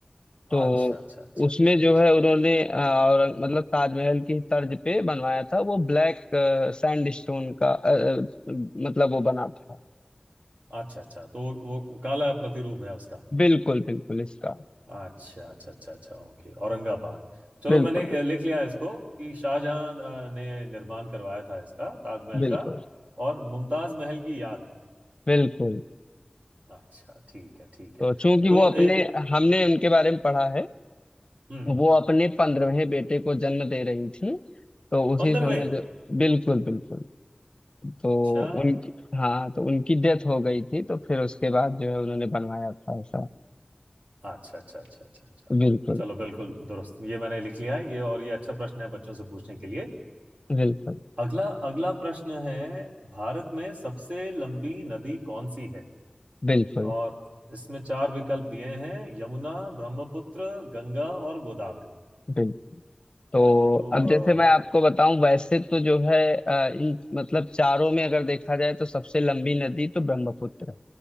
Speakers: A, on the left; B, on the right.
A: तो
B: अच्छा अच्छा अच्छा
A: उसमें
B: अच्छा
A: जो
B: अच्छा
A: है उन्होंने अ, औरंग मतलब ताजमहल की तर्ज पे बनवाया था वो ब्लैक सैंड स्टोन का अ, अ, मतलब वो बना था
B: अच्छा अच्छा तो वो, वो काला प्रतिरूप है उसका
A: बिल्कुल बिल्कुल इसका
B: अच्छा अच्छा अच्छा अच्छा ओके औरंगाबाद चलो
A: बिल्कुल
B: मैंने अ, लिख लिया इसको कि शाहजहां अ, ने निर्माण करवाया था इसका ताजमहल
A: बिल्कुल
B: का और मुमताज महल की याद में
A: बिल्कुल
B: अच्छा ठीक है ठीक
A: तो
B: है
A: चूंकि
B: तो
A: वो अपने
B: ए,
A: हमने उनके बारे में पढ़ा है
B: हम्म
A: वो अपने पंद्रहवें बेटे को जन्म दे रही थी तो उसी
B: पंद्रहवें
A: समय
B: हैं
A: जो बिल्कुल बिल्कुल तो
B: अच्छा
A: उनकी हाँ तो उनकी डेथ हो गई थी तो फिर उसके बाद जो है उन्होंने बनवाया था ऐसा
B: अच्छा अच्छा अच्छा अच्छा अच्छा
A: बिल्कुल
B: चलो बिल्कुल दुरुस्त ये मैंने लिख लिया है ये और ये अच्छा प्रश्न है बच्चों से पूछने के लिए
A: बिल्कुल
B: अगला अगला प्रश्न है भारत में सबसे लंबी नदी कौन सी है
A: बिल्कुल
B: और इसमें चार विकल्प दिए हैं यमुना ब्रह्मपुत्र गंगा और गोदावरी
A: बिल्कुल तो
B: तो
A: अब जैसे मैं आपको बताऊं वैसे तो जो है अ, इन मतलब चारों में अगर देखा जाए तो सबसे लंबी नदी तो ब्रह्मपुत्र है